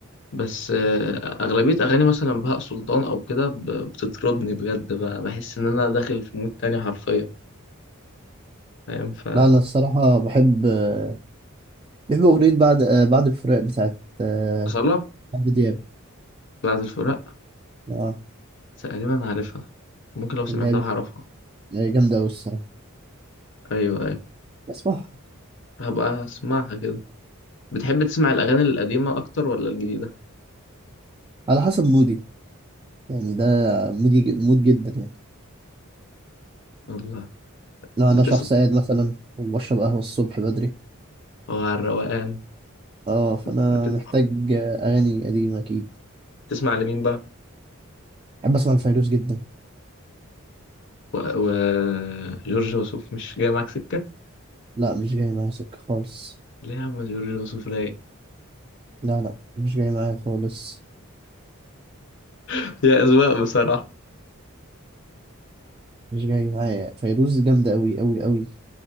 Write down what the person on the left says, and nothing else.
بس آه، أغلبية أغاني مثلا بهاء سلطان أو كده ب- بتطربني بجد ب- بحس إن أنا داخل في مود تاني حرفيا فاهم ف
أصالة
بعد الفراق
تقريبا عارفها ممكن لو سمعتها
هعرفها
أيوه أيوه
هبقى أسمعها كده بتحب تسمع الأغاني القديمة أكتر ولا الجديدة؟
والله
بتسمع
هو على الروقان
بت-
بتسمع لمين بقى؟
و... و... جورج وسوف مش جاي معاك سكة
ليه يا عم جورج وسوف رايق
<laughs> هي أذواق بصراحة